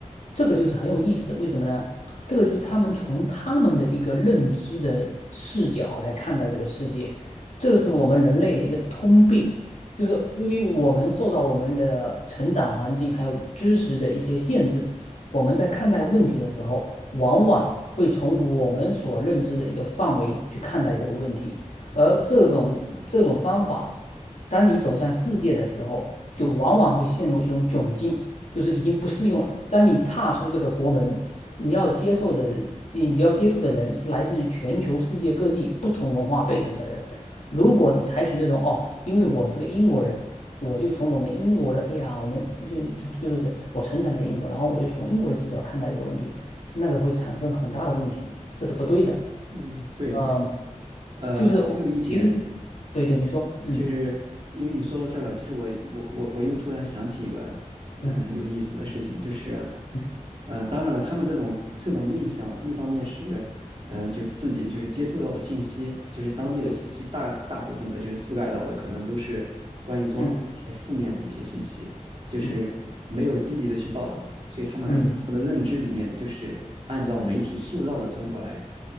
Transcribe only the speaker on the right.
嗯，对，
呃，
还有一点。
就是因为你说到这儿了，就是我我我我又突然想起一个嗯、
呃有意思的事情，就是
呃当然了，他们这种这种印象，一方面是嗯、呃就是自己就是接触到的信息，就是当地的信息大大部分的就是覆盖到的可能都是关于中国一些负面的一些信息，
就是没有积极的去报道，
所以他们他们的认知里面就是按照媒体塑造的中国来。